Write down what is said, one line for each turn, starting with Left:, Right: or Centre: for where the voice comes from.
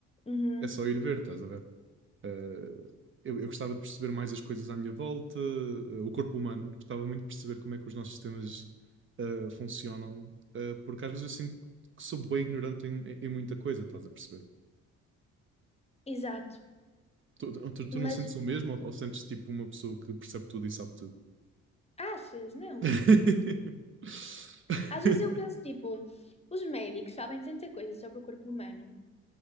Left: Uhum.
Right: é só ir ver, estás a ver? Eh, eu, eu gostava de perceber mais as coisas à minha volta, eh, o corpo humano, gostava muito de perceber como é que os nossos sistemas eh, funcionam, eh, porque às vezes eu sinto que sou bem ignorante em, em muita coisa, estás a perceber?
Left: Exato.
Right: Tu, tu, tu
Left: Mas
Right: não sentes o mesmo ou, ou sentes tipo uma pessoa que percebe tudo e sabe tudo?
Left: achas, não?
Right: <laughs>
Left: Às vezes eu penso, tipo, os médicos sabem tanta coisa sobre o corpo humano